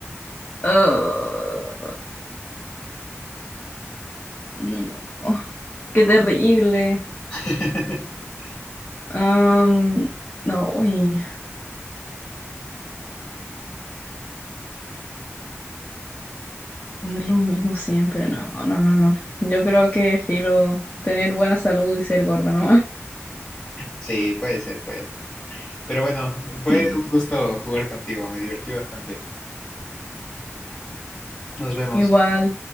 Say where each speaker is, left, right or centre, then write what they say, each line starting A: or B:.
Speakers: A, on the left; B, on the left.
A: Ah, no, qué terrible.
B: <laughs>
A: Am, no, uy, comer lo mismo siempre. No, no, no, no. Yo creo que filo tener buena salud y ser gorda, ¿no? <laughs>
B: Sí, puede ser, puede ser. Pero bueno, fue
A: Sí,
B: un gusto jugar contigo, me divertí bastante. Nos vemos.
A: igual.